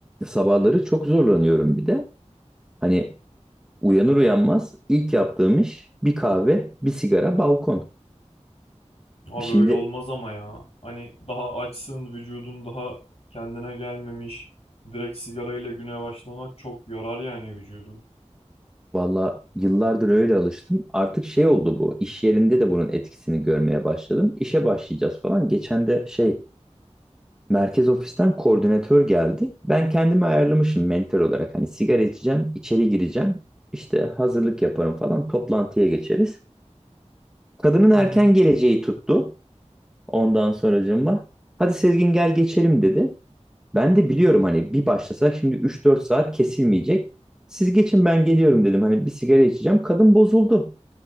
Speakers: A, in the centre; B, on the left (about 55°).
A: Sabahları çok zorlanıyorum bir de. Hani uyanır uyanmaz ilk yaptığım iş bir kahve, bir sigara, balkon.
B: Abi
A: Şimdi
B: öyle olmaz ama ya. Hani daha açsın, vücudun daha kendine gelmemiş. Direkt sigarayla güne başlamak çok yorar yani vücudu.
A: valla yıllardır öyle alıştım. Artık şey oldu bu. İş yerinde de bunun etkisini görmeye başladım. İşe başlayacağız falan. Geçen de şey merkez ofisten koordinatör geldi. Ben kendimi ayarlamışım mentor olarak. Hani sigara içeceğim, içeri gireceğim. İşte hazırlık yaparım falan. Toplantıya geçeriz. Kadının erken
B: Hı hı.
A: geleceği tuttu. Ondan sonracığıma hadi Sezgin gel geçelim dedi. Ben de biliyorum hani bir başlasak şimdi üç dört saat kesilmeyecek. Siz geçin ben geliyorum dedim. Hani bir sigara içeceğim. Kadın bozuldu.